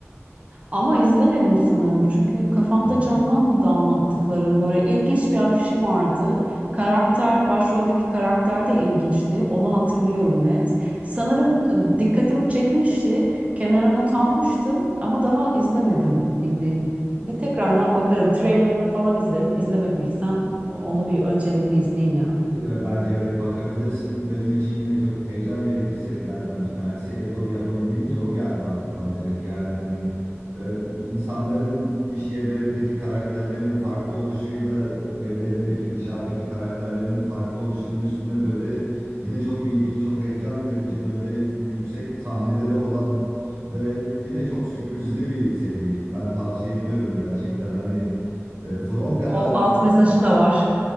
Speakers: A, on the right; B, on the right.
A: Ama izlemedim sanırım. Çünkü kafamda
B: Hmm.
A: canlanmadı anlattıkların. Böyle ilginç bir afişi vardı. Karakter, başroldeki karakter de ilginçti. Onu hatırlıyorum net. Sanırım e, dikkatimi çekmişti. Kenara not almıştım ama daha izlemedim bildiğim. Bir tekrardan bakarım. Trailerını falan izlerim. İzlemediysem onu bir öncelikle izleyeyim ya.
B: Ya, Bence evet bakabilirsin. Benim için yine çok heyecan verici serilerden bir tanesi. Apple yapım deyince o geldi aklıma direkt. Yani hani e, insanların iş yerlerindeki karakterlerinin farklı oluşuyla evlerindeki dışarıdaki karakterlerinin farklı oluşunun üstüne böyle yine çok ilginç, çok heyecan verici böyle yüksek sahneleri olan ve yine çok sürprizli bir seri. Ben tavsiye ediyorum gerçekten. Hani e, From kadar
A: O alt mesajı da var.